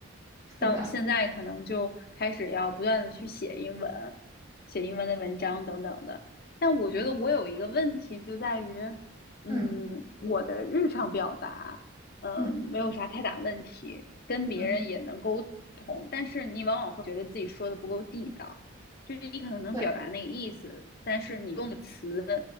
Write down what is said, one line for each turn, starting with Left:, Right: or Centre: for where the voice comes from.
Right: 是的，
Left: 到现在可能就开始要不断的去写英文，写英文的文章等等的。
Right: 是的，
Left: 但我觉得我有一个问题就在于，
Right: 对。
Left: 嗯，
Right: 嗯
Left: 我的日常表达，嗯，
Right: 嗯
Left: 没有啥太大问题，跟别人也能沟通，
Right: 嗯，
Left: 但是你往往会觉得自己说的不够地道，就是你可能能表达那个意思，
Right: 对
Left: 但是你用的词